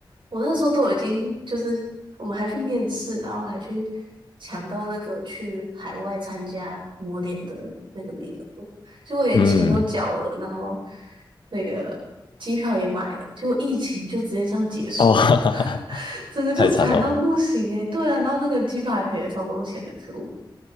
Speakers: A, on the right (about 75°); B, on the left (about 70°).
A: 我那时候都已经就是我们还去面试，然后还去抢到那个去海外参加模联的那个名额，结果连钱都缴了，
B: 嗯，
A: 然后那个机票也买了，结果疫情就直接这样结束了，
B: 哦，<laughs> 哈哈哈，
A: <laughs> 整个就惨到不行诶、
B: 太惨了吧。
A: 对啊，然后那个机票还赔了超多钱的，可恶。